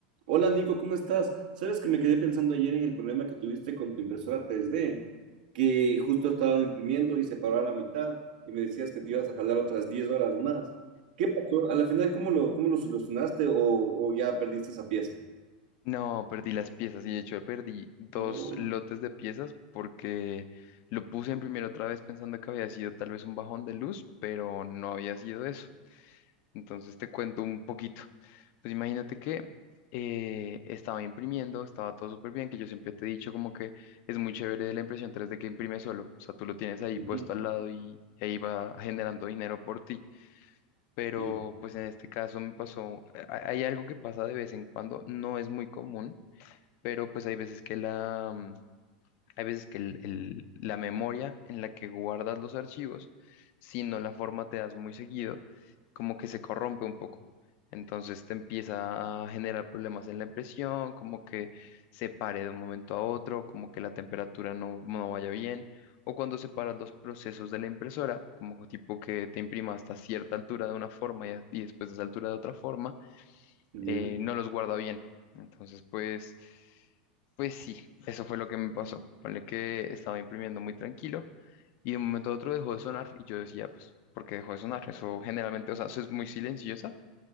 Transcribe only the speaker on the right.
Hola Nico, ¿cómo estás? Sabes que me quedé pensando ayer en el problema que tuviste con tu impresora 3D, que justo estaba imprimiendo y se paró a la mitad y me decías que te ibas a jalar otras 10 horas más. ¿Qué pasó? A la final, ¿cómo lo, cómo lo solucionaste o, o ya perdiste esa pieza?
No.
Ujú,
mm,
ya.